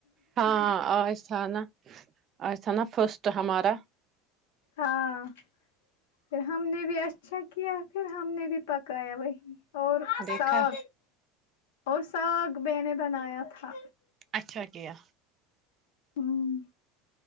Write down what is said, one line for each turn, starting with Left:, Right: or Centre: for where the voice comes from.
Right: ہاں اورس نا جٹ ایسا نا فرسٹ ہمارا
Left: ہاں پھر ہم نے بھی اچھا کیا پھر ہم نے بھی پکایا وہی اور
Right: دیکھا
Left: ساگ اور ساگ میں نے بنایا تھا
Right: اچھا کیا
Left: ہوں